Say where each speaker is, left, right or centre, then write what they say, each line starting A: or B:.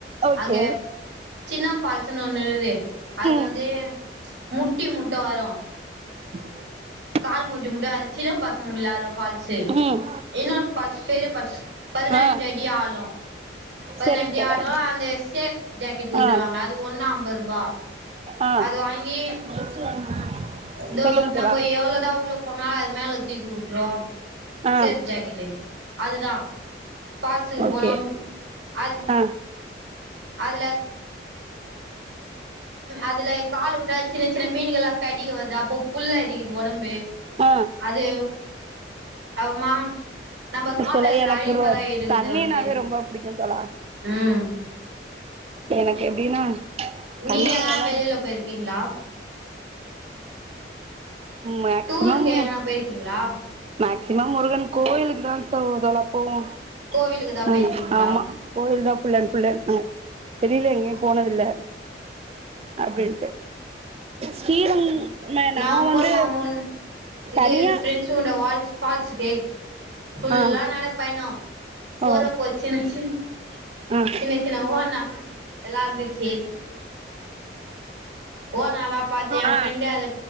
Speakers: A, on the right (about 30°); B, on the right (about 80°).
A: ஓகே
B: அங்க சின்னா பால்ஸ்சுன்னு ஒண்ணு இருகுது அது
A: ம்
B: வந்து முட்டி முட்ட வரும்
A: ம் ம்
B: கால் முட்டி முட்டும் அது சின்ன பசங்க விளாட்ற ஃபால்ஸ்சு
A: ம்
B: இன்னோர் ஃபால்ஸ் பெரிய ஃபால்ஸ் பதினஞ்சு
A: ஆ
B: அடி ஆழம் பதினஞ்சு
A: சரிங்க தோழா
B: ஆடம் அந்த சேஃப் ஜாக்கெட் குத்துருவாங்க
A: ஆ
B: அது ஒன்னு அம்பது ரூபா
A: ஆ
B: அது வாங்கி
A: <inaudible>
B: தோ
A: சொல்லுங்க
B: நம்ப
A: தோழா
B: எவ்ளோதா உள்ள போனாலு அது மேல தூக்கி உட்ரும்
A: ஆ
B: சேஃப் ஜாக்கெட்டு அதுதா பால்ஸ்க்கு
A: ஓகே
B: போனம் அது
A: ஆ
B: அதுல அதுல கால் உட்டா சின்ன சின்ன மீன்கல்லா கடிக்க வருது அப்போ புல் அரிக்குது ஒடம்பு
A: ஆ
B: அது அப்றமா நம்ப
A: ஆக்சுவலா
B: கால்ல இருக்குற
A: எனக்கு
B: அழுக்கல்லா
A: ரொ
B: எடுக்குது
A: தண்ணினாவே
B: வந்து
A: ரொம்ப புடிக்கு தோழா
B: ம்
A: எனக்கு எப்டின்னா
B: நீங்க
A: தண்ணில
B: எங்கன்னா
A: வெளாட
B: வெளியில போயிருக்கீங்ளா
A: மேக்சிமம்
B: டூர்க்கு எங்கனா போயிருக்கீங்ளா
A: மேக்சிமம் முருகன் கோயிலுக்கு தா தோழா போவோ
B: கோவிலுக்கு தா
A: ம்
B: போயிருக்கீங்களா
A: ஆமா கோயில் தான் புல் அண்ட் ஃபுல்லு அ வெளில எங்கயு போனதில்ல அப்டின்ட்ட சீரம் என்ன
B: நாங்க
A: நா வந்து
B: போனமா மூன் இது
A: தனியா
B: <unintelligible> வால்ஸ் ஃபால்ஸ்க்கே ஃபுல்லா
A: ஆ
B: நட பயண போறப்போ
A: ஓ
B: சின்ன சின்
A: ஆ
B: சின்ன சின்ன ஓனா அதெல்லாருந்துச்சு ஓணாலா பாத்து ஏ
A: ஆ
B: ஃப்ரெண்டு அத